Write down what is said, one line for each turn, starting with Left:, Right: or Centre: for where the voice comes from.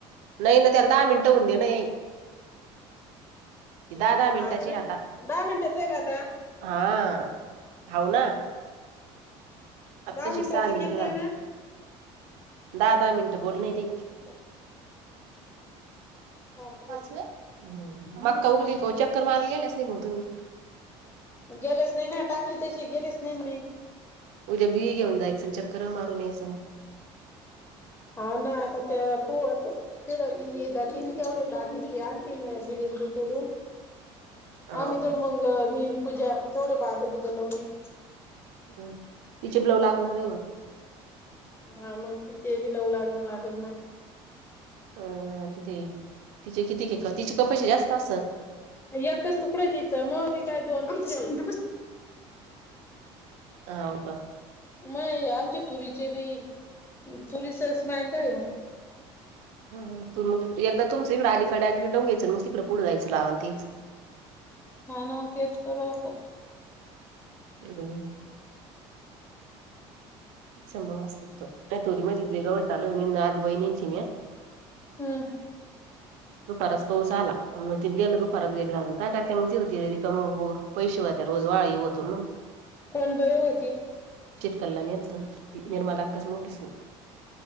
Right: नाही ना <inaudible> ही त्याला दहा मिनट हूनद नाई दहा दहा मिनिटाची
Left: बापरे
Right: आता,
Left: दहा मिनिटाच आहे का आता
Right: हा. <inaudible> भाऊ ना आत्ता
Left: दहा मिनिटाच
Right: शिक सहा मिनिट
Left: केलतय
Right: <inaudible> जात
Left: ना
Right: दहा दहा मिनिट बोल <inaudible> नाही रे
Left: उपर बापरे
Right: पाच व्हय, हा मक्का उघली का चक्कर मारायला गेल्यास नाही मग तुम्ही.
Left: गेलेच नाही ना? टाकली तशी गेलीच नाही मी.
Right: उद्या बी घेऊन जायचं अन् चककर मारून यायच मग.
Left: हाव ना आता
Right: मग
Left: त्या पू होत. तेवढ ते हे तीन तेवढ दाजी तेन आणतील ना दीड इंची सोडून.
Right: हाव
Left: आम्ही
Right: का
Left: तो मंग मीन पूजा थोडे बाध बुद लावणी.
Right: ह तिचे ब्लाव लागणार नाही मग.
Left: हा मग तिचे बी लावू लाग लागन ना.
Right: अ तिथे, तिचे किती क तिचे कपाशी जास्त असेल?
Left: एकच तुकडं हाय तिचं, मग काय दोन तीन
Right: आव
Left: नाही आमचे तुरीचे बी तुरीसस मायंदाळ हाय ओ.
Right: हुं. हुं. एकदा तुमच इकड अलीकडे आदी लावून घ्यायचं, मग तिकडे पुढं जायंच लावायला तेच.
Left: हा ना, मग तेच करू ये आता.
Right: हम् <unintelligible> समोर असती तर नाही तोर मली गवत आलो नाद बहिणीची म्या.
Left: हुं.
Right: दुपाराच पाऊस आला, म तर गेलं दुपारच एक ला काय करते मग तीच तीले रिकाम पणं पैसे वात्या रोज वाळी होतो मग.
Left: कोण बाई होती
Right: चितलला नेलत, ती निर्मला अक्काची मोठी सून.